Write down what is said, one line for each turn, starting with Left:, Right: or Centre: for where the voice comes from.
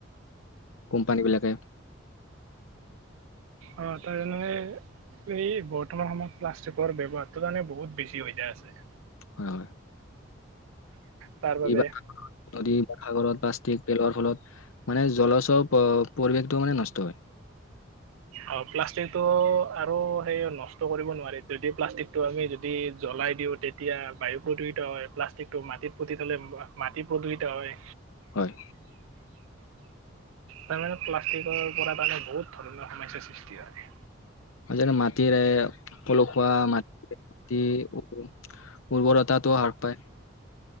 Left: কোম্পানীবিলাকে
Right: অ', তাৰ এনে এই বৰ্তমান সময়ত প্লাষ্টিকৰ ব্যৱহাৰটো মানে বহুত বেছি হৈ যাই আছে।
Left: হয়।
Right: তাৰ বাবে
Left: <unintelligible> সাগৰত প্লাষ্টিক পেলোৱাৰ ফলত মানে জলচৰ প পৰিৱেশটো মানে নষ্ট হয়। <inaudible>
Right: অ প্লাষ্টিকটো আৰু সেই নষ্ট কৰিব নোৱাৰি যদি প্লাষ্টিকটো আমি যদি জ্বলাই ই দিওঁ তেতিয়া বায়ু প্ৰদূষিত হয় প্লাষ্টিকটো মাটিত পুতি থ'লে মাটি প্ৰদূষিত হয়
Left: হয়
Right: তাৰমানে প্লাষ্টিকৰ পৰা তানে বহুত ধৰণৰ সমস্যাৰ সৃষ্টি হয়।
Left: ম যেনে মাটিৰে পলসুৱা মাটি ৰাতি উ উৰ্বৰতাটো হ্ৰাস পায়।